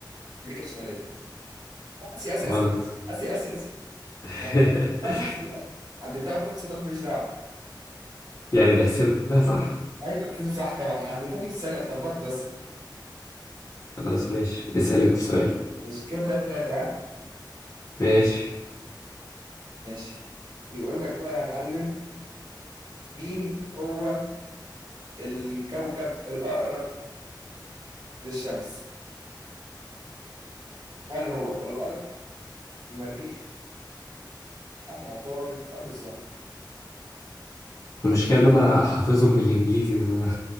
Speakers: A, on the right; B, on the left.
A: أمريكا الشمالية آسيا آسيا آسيا
B: غلط
A: آسيا آسيا آسيا
B: <laughs>
A: أنا بقى- عدتها في نفس الوقت عدتها في نفس الوقت ماليش دعوة
B: يعني نحسبها صح
A: أيوة بتحسب صح طبعا أنا عدتها في نفس الثانية اتلخبطت بس
B: خلاص ماشي اسأل أنت سؤال
A: ماشي كده تلاتة تلاتة ها
B: ماشي
A: ماشي يقول لك بقى يا معلم مين هو الكوكب الأقرب للشمس هل هو الأرض المريخ أم عطارد أم الزهر
B: المشكلة إن أنا حافظهم بالإنجليزي ما...